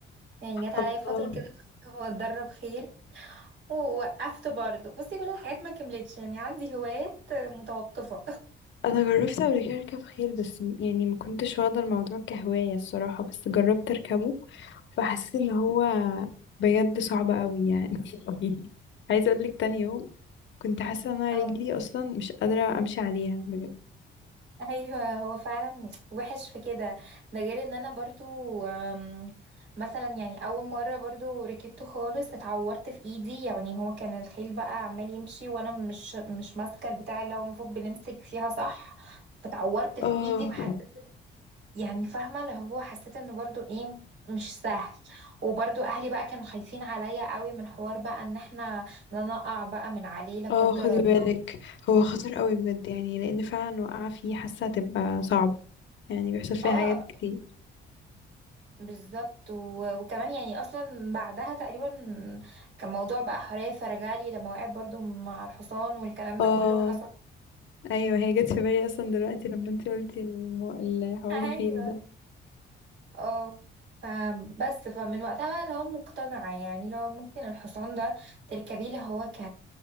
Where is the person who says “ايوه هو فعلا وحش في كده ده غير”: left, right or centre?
Right